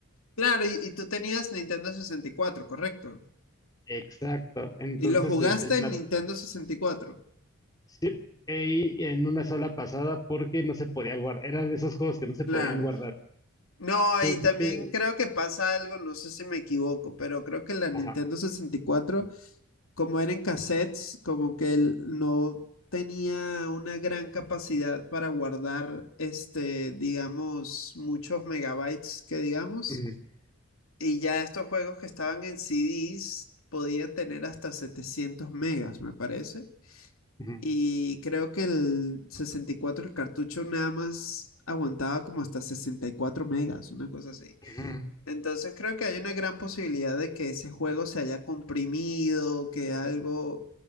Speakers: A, on the left; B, on the left.
A: claro, y, y tú tenías Nintendo sesenta y cuatro correcto.
B: Exacto. Entonces,
A: Y lo jugaste
B: este, el plato,
A: en Nintendo sesenta y cuatro
B: sí, e- y en una sola pasada porque no se podía guardar. era de esos juegos que no se
A: Claro.
B: podían guardar.
A: No,
B: Tú-
A: y también
B: tú-
A: creo que pasa algo, no sé si me equivoco, pero creo que la Nintendo
B: ajá.
A: sesenta y cuatro como eran en cassettes, como que él no tenía una gran capacidad para guardar, este, digamos, muchos megabytes que digamos,
B: Ujú,
A: y ya estos juegos que estaban en CDs podían tener hasta 700 megas, me parece,
B: ujú,
A: y creo que el 64 el cartucho nada más aguantaba como hasta 64 megas, una cosa así.
B: ujú.
A: Entonces creo que hay una gran posibilidad de que ese juego se haya comprimido, que algo,